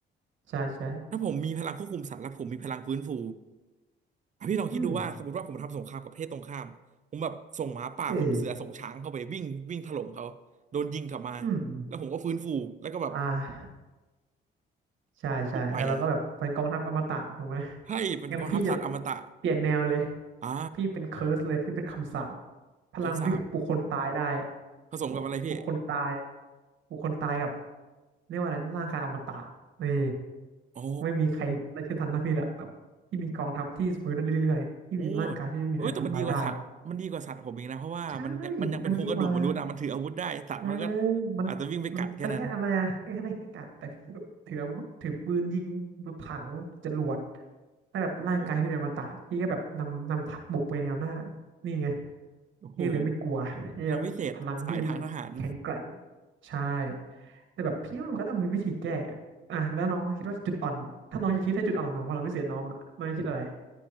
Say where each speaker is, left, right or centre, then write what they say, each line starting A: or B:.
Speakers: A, on the right; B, on the right.
A: ใช่ใช่
B: ถ้าผมมีพลังควบคุมสัตว์แล้วผมมีพลังฟื้นฟู อพี่ลองคิดดูว่าสมมติว่าผมทำสงครามกับประเทศตรงข้ามผมแบบส่งหมาป่าส่งเสือส่งช้างเข้าไปวิ่งวิ่งถล่มเขาโดนยิงกลับมา
A: อืม นี่อืม
B: แล้วผมก็ฟื้นฟูแล้วก็แบบ
A: อ่าใช่ใช่เออเราก็แบบเป็นกองทัพอมตะถูกไหม
B: ปลุกใหม่อ่ะให้เป็นกองทัพสัตว์อมตะ
A: งั้นพี่จะเปลี่ยนแนวเลย
B: อ่า
A: พี่เป็นเคิร์สเลยพี่เป็นคำสาปพลังพี่คือปลุกคนตายได้
B: คำสาปผสมกับอะไรพี่
A: แบบปลุกคนตายปลุกคนตายกับเรียกว่าอะไรร่างกายอมตะนี่
B: อ๋อ
A: ไม่มีใครไล่เช่นทันนะพี่ละแบบที่มีกองทัพที่ฟื้นนั่นเรื่อยๆที่มีร่างกายที่ไม่มีใครทำลายได้
B: โอ้เอ้ยแต่มันดีกว่าสัตว์มันดีกว่าสัตว์ผมอีกนะเพราะว่ามันมันยังเป็นโครงกระดูกมนุษย์อะมันถืออาวุธได้สัตว์มันก็
A: ใช่มันดีกว่า เออมันมันแต่อะไรอะแค่ได้แค่กัดแต่ถืออาวุธถือปืนยิง
B: อาจจะวิ่งไปกัดแค่นั้น
A: ถังจรวดถ้าแบบร่างกายพี่เป็นอมตะพี่ก็แบบนำนำทัพบุกไปแนวหน้า
B: โอ
A: นี่ไง
B: ้โห
A: พี่ก็เลยไม่กลัวพี่แบบพลังพี่ไม่แข็งแกร่ง
B: พลังวิเศษสายทางทหาร
A: ใช่แต่แบบพี่ว่ามันก็ต้องมีวิธีแก้อ่ะแล้วน้องคิดว่าจุดอ่อนถ้าน้องจะคิดให้จุดอ่อนของพลังพิเศษน้องอะน้องจะคิดอะไร